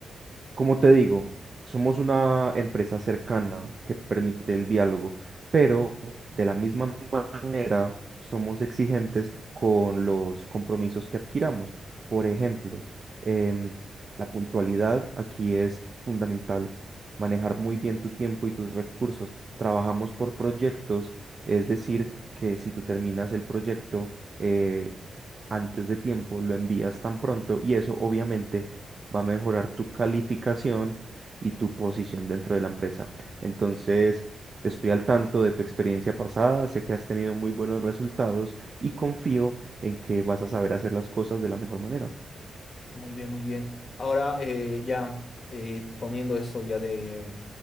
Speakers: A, on the right; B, on the left.
A: Como te digo, somos una empresa cercana que permite el diálogo, pero de la misma manera somos exigentes con los compromisos que adquiramos. Por ejemplo, em, la puntualidad aquí es fundamental. Manejar muy bien tu tiempo y tus recursos. Trabajamos por proyectos, es decir, que si tú terminas el proyecto eh, antes de tiempo, lo envías tan pronto y eso obviamente va a mejorar tu calificación y tu posición dentro de la empresa. Entonces, estoy al tanto de tu experiencia pasada, sé que has tenido muy buenos resultados y confío en que vas a saber hacer las cosas de la mejor manera.
B: Muy bien, muy bien. Ahora eh, ya eh, poniendo eso ya de,